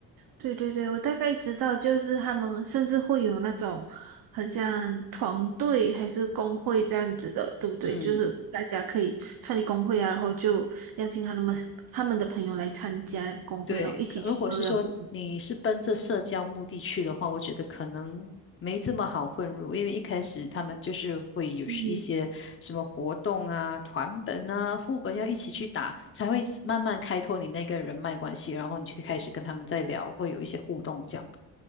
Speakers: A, on the right (about 55°); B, on the left (about 30°).
A: 对对对，我大概知道，就是他们甚至会有那种很像团队还是工会这样子的，对不对？
B: 嗯，
A: 就是大家可以创立工会啊，然后就邀请他们他们的朋友来参加工会咯，
B: 对，
A: 一起去做任务。
B: 可如果是说你是奔着社交目的去的话，我觉得可能没这么好混入，因为一开始他们就是会有是一些什么活动啊、
A: 嗯，
B: 团本啊、副本要一起去打，才会慢慢开拓你那个人脉关系，然后你就可以开始跟他们在聊，会有一些互动这样。